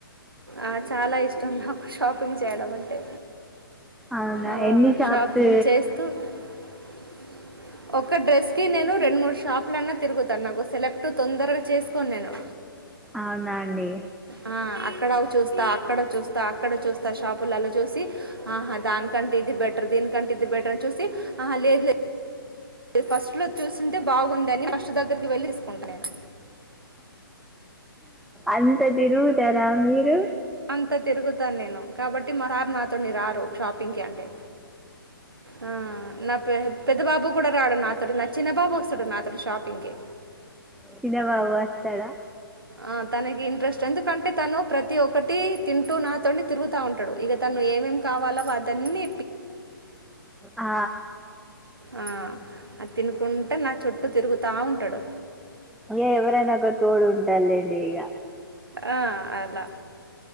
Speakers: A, on the right; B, in the centre.
A: ఆ చాలా ఇష్టం నాకు షాపింగ్ చేయటం అంటే
B: అవునా
A: ఆ
B: ఎన్ని షాప్స్
A: షాపింగ్ చేస్ <unintelligible> ఒక డ్రెస్ కి నేను రెండు మూడు షాపులన్నా తిరుగుతాను, నాకు సెలెక్ట్ తొందరగా చేసుకోను నేను
B: అవునా అండి
A: ఆ, అక్కడ చూస్తా అక్కడ చూస్తా అక్కడ చూస్తా, షాపులలో చూసి ఆహా దానికంటే, ఇది బెటర్ ద దాని కంటే ఇది బెటర్ చూసి లేదు లేదు అది ఫస్ట్లో చూసిందే బాగుందని ఫస్ట్ దగ్గరికి వెళ్లిి తీసుకుంటున్నాను.
B: అంత తిరుగుతారా మీరు
A: అంతా తిరుగుతాను, నేను కాబట్టి మాసారు నాతోని రారు, షాపింగ్ కి అంటే, ఆ నా పెద్ద బాబూ కూడా రాడు నాతోని నా చిన్నబాబు వస్తుడు నాతోని షాపింగ్ కి
B: చిన్నబాబు వస్తాడా.
A: ఆ తనకి ఇంట్రెస్ట్ ఎందుకంటే తను ప్రతి ఒక్కటి తింటూ నాతోని తిరుగుతా ఉంటాడు. ఇగా తను ఏమేమి కావాలో అతన్ని
B: ఆ
A: ఆ, అది తినుకుంటే, నా చుట్టూ తిరుగుతా ఉంటాడు.
B: ఇగా ఎవరైనా ఒక తోడు ఉంటారు లెండి ఇక
A: ఆ అలా